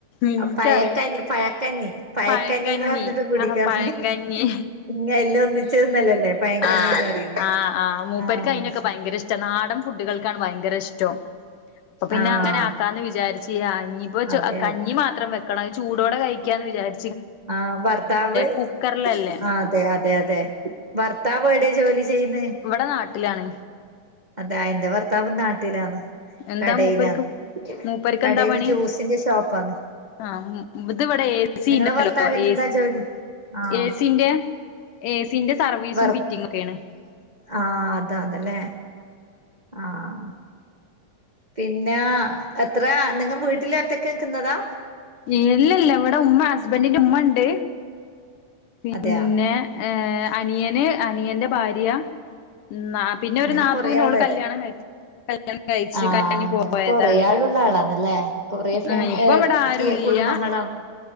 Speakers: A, on the left; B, on the right.
A: എനിക്കറിയ
B: പയേ കഞ്ഞി പയക്കഞ്ഞി പയക്കഞ്ഞിന്ന്
A: പഴങ്കഞ്ഞി
B: പറഞ്ഞാത് കുടിക്ക്യാൻ
A: ആഹ് പഴങ്കഞ്ഞി
B: ഇങ്ങ് എല്ലാം ഒന്നിച്ച് തിന്ന ലല്ലേ പയം കഞ്ഞി
A: ആഹ്
B: പറയും
A: ആഹ് ആഹ് മൂപ്പർക്ക്
B: ആഹ്
A: അയിനൊക്കെ ഭയങ്കര ഇഷ്ടം നാടൻ ഫുഡുകൾക്കാണ് ഭയങ്കര ഇഷ്ടം അപ്പൊ പിന്നെ
B: ആഹ്
A: അങ്ങനെ ആക്കാന്ന് വിചാരി ചിയാ ആഹ് ഇപ്പൊ
B: അതെ
A: കഞ്ഞി
B: അതെ
A: മാത്രം വെക്കണം ചൂടോടെ കഴിക്ക്യാന്ന് വിചാരി
B: ആഹ് ഭർത്താവ്
A: കുക്കറിലല്ലേ
B: ആഹ് അതെ -അതെ- അതെ -ഭർ ത്താവ് എവടെയാ ജോലി ചെയ്യ്ന്നേ
A: ഇവടെ നാട്ടിലാണ്
B: അതാ എന്റെ ബാർത്താവും നാട്ടിലാണ്
A: എന്താ
B: കടയിലാണ്
A: മൂപ്പർക്ക് മൂപ്പർക്ക്
B: കടയില്
A: എന്താ പണി
B: ജുസിന്റെ ഷോപ്പാണ്
A: ആഹ് ഇത് ഇവിടെ എ സി
B: നിങ്ങളെ
A: ഉണ്ടല്ലോ
B: ബാർത്താവിന്
A: എ
B: എന്താ ജോലി ആഹ്
A: എ സിന്റെ എ സിന്റെ സർവീസും
B: വ ഹ
A: ഫിറ്റിംഗ് ഒക്കെയാണ്
B: ആഹ് അതാ അതാല്ലേ ആഹ് പിന്നാ എത്ര നിങ്ങ വീട്ടില് ഒറ്റക്ക് നിക്കാന്നാതാ
A: ഇല്ല ഇല്ല ഇവടെ ഉമ്മ ഹസ്ബൻഡിന്റെ ഉമ്മ ഇണ്ട് പിന്നെ
B: അതെയാ
A: ഏ അനിയന് അനിയന്റെ ഭാര്യ നാ പിന്നെ
B: അങ്ങനെ
A: ഒരു നാത്തൂന്
B: കൊറെ ആളോ
A: ഓള് കല്യാണം കഴിച്ച് കല്യാണം കഴിച്ച്
B: ആഹ്
A: കഴിഞ്ഞ്
B: അങ്ങനെ
A: പോയതാണ്
B: കൊറെ ആള് ആളാന്നല്ലേ കൊറ ഫാമ
A: ആഹ് ഇപ്പൊ
B: യെ
A: ഇവിടെ ആരുല്ല്യ
B: ല്ല്യായാ കുടുംബങ്ങളാണ്